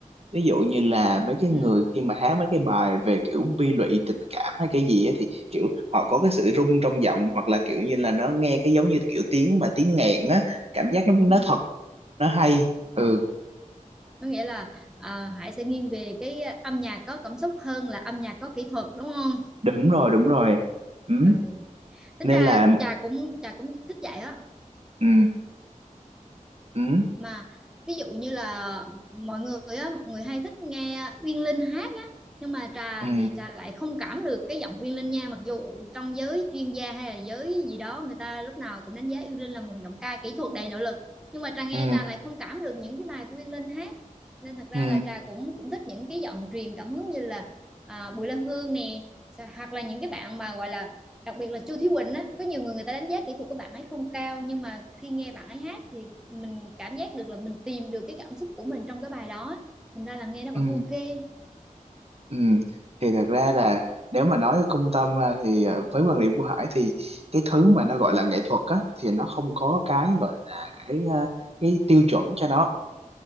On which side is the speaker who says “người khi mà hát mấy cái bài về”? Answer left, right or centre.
Right